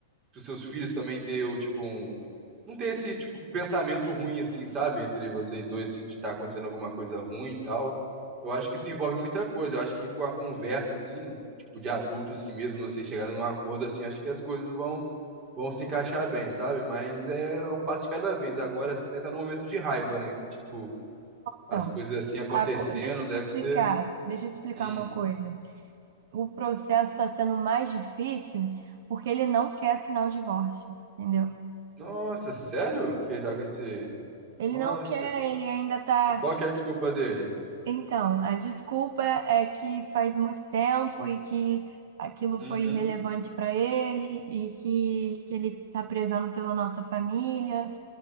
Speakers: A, on the right; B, on the right.
A: os seus filhos também ter, o, tipo, um. Não ter esse, tipo, pensamento ruim, assim, sabe? Entre vocês dois, assim, de estar acontecendo alguma coisa ruim e tal. Eu acho que isso envolve muita coisa. Eu acho que com a conversa, assim, tipo, de adulto, assim mesmo, vocês chegarem num acordo, assim, acho que as coisas vão, vão se encaixar bem, sabe? Mas é um passo de cada vez. Agora, assim, né, tá no momento de raiva, né? Que, tipo, as
B: Então,
A: coisas assim acontecendo,
B: a co- deixa eu
A: deve
B: te explicar,
A: ser.
B: deixa eu te explicar
A: Hum.
B: uma coisa. O processo está sendo mais difícil porque ele não quer assinar o divórcio, entendeu?
A: Nossa, sério? Que ele tá com esse.
B: Ele
A: Nossa.
B: não quer, ele ainda tá.
A: E qual que é a desculpa dele?
B: Então, a desculpa é que faz muito tempo e que aquilo
A: Uhum.
B: foi irrelevante para ele e que, que ele tá prezando pela nossa família.